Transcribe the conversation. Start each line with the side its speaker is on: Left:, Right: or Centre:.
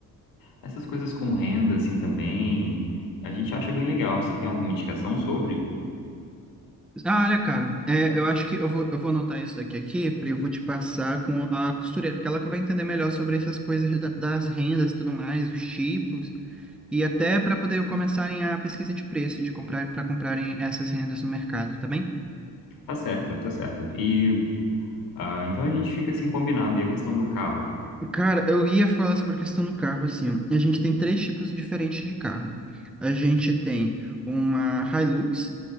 Left: Essas coisas com renda, assim, também, a gente acha bem legal. Você tem alguma indicação sobre?
Centre: Ah, olha, cara, é, eu acho que eu vou, eu vou anotar isso daqui aqui, pra- eu vou te passar com a costureira, que ela que vai entender melhor sobre essas coisas da- das rendas e tudo mais, os tipos. E até para poder começarem a pesquisa de preço de comprar para comprarem essas rendas no mercado, tá bem?
Left: Tá certo, tá certo. E Ah, então a gente fica assim combinado. E a questão do carro?
Centre: Cara, eu ia falar sobre a questão do carro assim. A gente tem três tipos diferentes de carro. A gente tem uma Hilux,